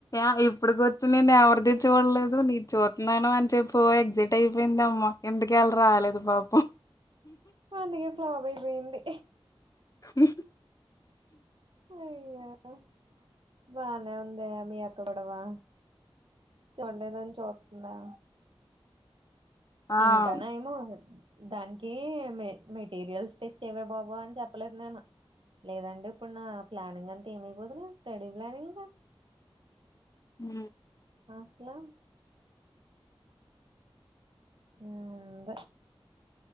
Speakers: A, on the left (about 40°); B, on the right (about 65°).
A: ఆ ఇప్పడి వరకు నేను ఎవరిది చూడలేదు నీది చూత్తున్నాను అని చెప్ప ఓ ఎక్సైట్ అయిపోయింది అమ్మా ఎందుకే ఆళ్ళు రాలేదు పాపం
B: అందుకే ఫ్లాప్ అయిపోయింది
A: మ్
B: అయ్యో బానే ఉందే మీ అక్క కూడా బా చూడలేదని చూస్తుందా
A: ఆ
B: ఇంకా నయము దానికి మె మెటీరియల్స్ తెచ్చేవే బాబు అని చెప్పలేదు నేను లేదండి ఇప్పుడు నా ప్లానింగ్ అంతా ఏమైపోదును స్టడీ ప్లానింగ్
A: మ్మ్
B: మాస్ల మ్మ్ అంతే